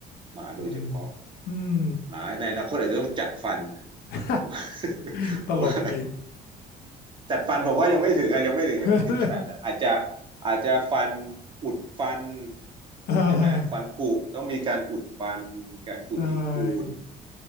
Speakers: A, on the right; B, on the left.
A: หมาโดยเฉพาะ
B: อืม อืม
A: หมาในอนาคตอาจจะต้องจัดฟัน
B: <laughs>
A: <laughs> เพราะว่า
B: ตลกดี
A: จัดฟันผมว่ายังไม่ถึงอะยังไม่ถึงยังไม่ถึงขนาดนั้นอาจจะ
B: <laughs>
A: อาจจะฟันอุดฟัน
B: อ่า
A: ใช่ไหมฟันผุต้องมีการอุดฟันมีการขูดหินปูน
B: ใช่